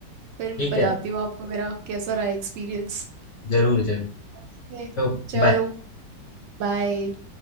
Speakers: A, on the right; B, on the left.
A: फिर
B: ठीक
A: बताती
B: है
A: हूँ आपको मेरा कैसा रहा एक्सपीरियंस
B: जरूर जरूर
A: ओके
B: तो
A: चलो
B: बाय
A: बाय